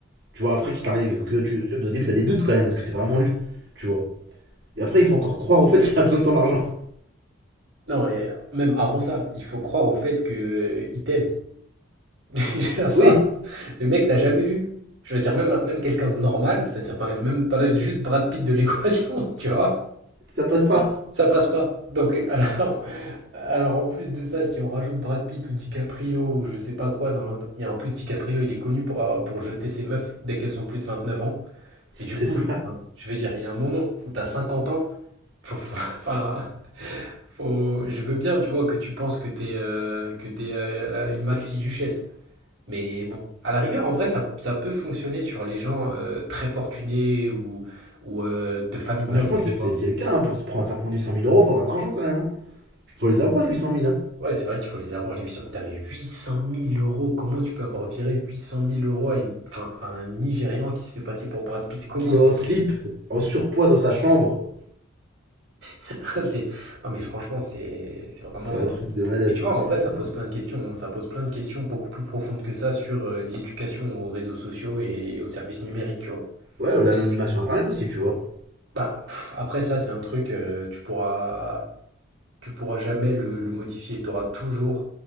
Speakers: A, on the right; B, on the right.
A: Tu vois, après qu'il t'arrive que tu au début t'as des doutes quand même, est-ce que c'est vraiment lui, tu vois. Et après, il faut encore croire au fait qu'il a besoin de ton argent. <laughs>
B: Non, et même avant ça, il faut croire au fait que euh, il t'aime. <laughs> Déjà ça,
A: Oui,
B: le mec t'as jamais vu. Je veux dire, même, un- même quelqu'un de normal, c'est-à-dire t'enlèves même, t'enlèves juste Brad Pitt de l'équation, <laughs> tu vois,
A: ça passe pas.
B: ça passe pas. Donc, <laughs> alors, alors en plus de ça, si on rajoute Brad Pitt ou DiCaprio ou je sais pas quoi dans l'autre- Mais en plus, DiCaprio, il est connu pour, avoir- pour jeter ses meufs dès qu'elles ont plus de 29 ans. Et du
A: <laughs> C'est
B: coup,
A: ça.
B: je, enfin, je veux dire, il y a un moment où t'as 50 ans, faut, faut- <laughs> enfin, Faut... Je veux bien, tu vois, que tu penses que t'es euh, que t'es euh, une maxi-duchesse. Mais bon, à la rigueur, en vrai, ça, ça peut fonctionner sur les gens euh, très fortunés ou, ou euh, de famille
A: Bah,
B: noble,
A: je pense que
B: tu
A: c'est
B: vois.
A: c'est le cas hein, pour se prendre, faire prendre du cent mille euros, faut avoir de l'argent quand même. hein. Faut les avoir, les huit cent mille hein.
B: Ouais, c'est vrai qu'il faut les avoir, les 800 000. Putain, mais huit cent mille euros, comment tu peux avoir viré huit cent mille euros à, une- enfin, à un Nigérian qui se fait passer pour Brad Pitt? Comment
A: Qui
B: c'est
A: est en
B: possible?
A: slip, en surpoids dans sa chambre.
B: <laughs> C'est non mais franchement, c'est c'est vraiment
A: C'est un truc de malade.
B: mais tu vois, en vrai, ça
A: Non.
B: pose plein de questions, hein. Ça pose plein de questions beaucoup plus profondes que ça sur, heu, l'éducation aux réseaux sociaux et aux services numériques, tu vois?
A: Ouais, ou l'anonymat
B: Dis c'est
A: sur internet aussi, tu vois.
B: Bah, pff, après ça, c'est un truc, heu, tu pourras tu pourras jamais le le modifier. Tu auras toujours